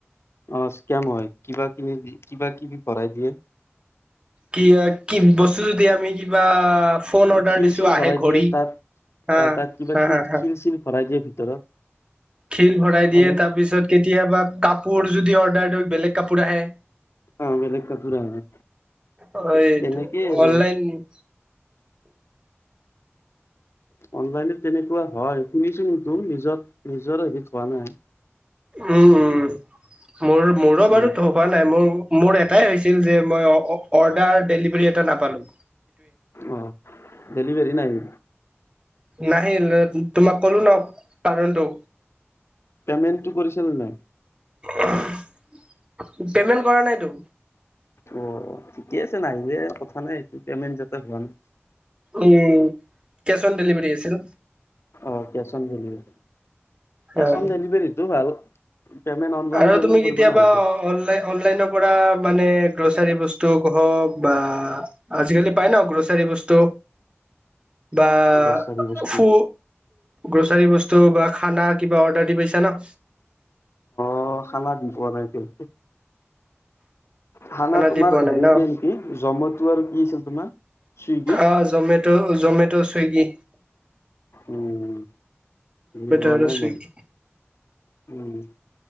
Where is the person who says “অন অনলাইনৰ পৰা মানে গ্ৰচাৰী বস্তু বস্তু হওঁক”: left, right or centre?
Right